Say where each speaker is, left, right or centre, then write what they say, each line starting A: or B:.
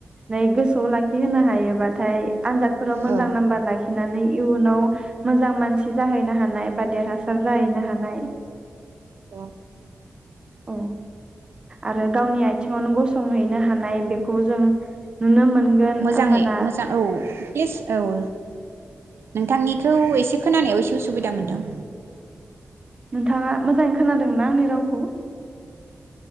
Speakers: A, on the right; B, on the right.
A: नै गोसोआव लाखिहोनो हायोबाथाय आनजादफोराव मोजां
B: औ
A: नाम्बार ला खिनानै इयुनाव मोजां मानसि जाहै नो हानाय बा देर हासार जाहैनो हानाय।
B: अ
A: औ आरो गावनि आइ थिङावनो गसंहैनो हानाय बेखौ जों नुनो मोनगोन
B: मोजाङै
A: होमबाना
B: मोजां औ <unintelligible> औ नोंथांनिखौ एसे खोनानायाव एसे उसुबिदा मोनदों।
A: नोंथाङा मोजाङै खोनादोंना आंनि रावखौ?